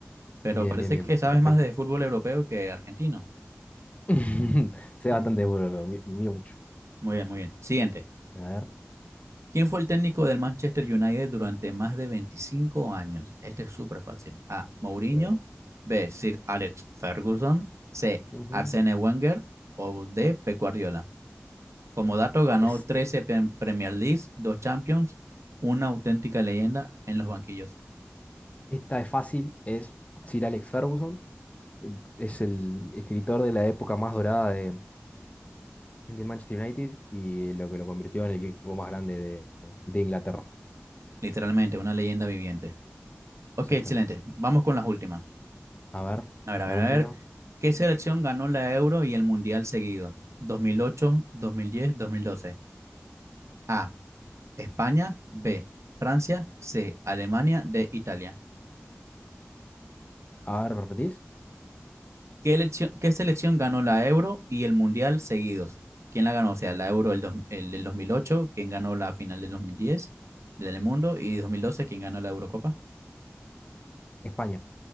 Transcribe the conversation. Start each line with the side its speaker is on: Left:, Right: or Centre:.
Right: Pero
Left: Bien,
Right: parece
Left: bien, bien,
Right: que sabes
Left: perfecto.
Right: más de fútbol europeo que argentino.
Left: <laughs> Sé
Right: <laughs>
Left: bastante bueno, pero mi- miro mucho.
Right: Muy bien, muy bien. Siguiente.
Left: A ver.
Right: ¿Quién fue el técnico del Manchester United durante más de 25 años? Este es súper fácil. A. Mourinho.
Left: eh,
Right: B. Sir Alex Ferguson. C.
Left: ujú.
Right: Arsene Wenger. O D. Pep Guardiola. Como dato, ganó
Left: Es,
Right: 13 pre- Premier Leagues, 2 Champions, una auténtica leyenda en los banquillos.
Left: esta es fácil, es Sir Alex Ferguson, es el escritor de la época más dorada de, del Manchester United y lo que lo convirtió en el equipo más grande de, de Inglaterra.
Right: Literalmente, una leyenda viviente. Ok,
Left: Exactamente.
Right: excelente. Vamos con las últimas.
Left: A ver,
Right: A ver, a
Left: la
Right: ver,
Left: última.
Right: a ver. ¿Qué selección ganó la Euro y el Mundial seguido? 2008, 2010, 2012. A. España, B. Francia, C. Alemania, D. Italia.
Left: A ver, ¿me repetís?
Right: ¿Qué elección- qué selección ganó la Euro y el Mundial seguidos? ¿Quién la ganó? O sea, la Euro el, dos- el del 2008, ¿quién ganó la final del 2010 del mundo? Y 2012, ¿quién ganó la Eurocopa?
Left: España.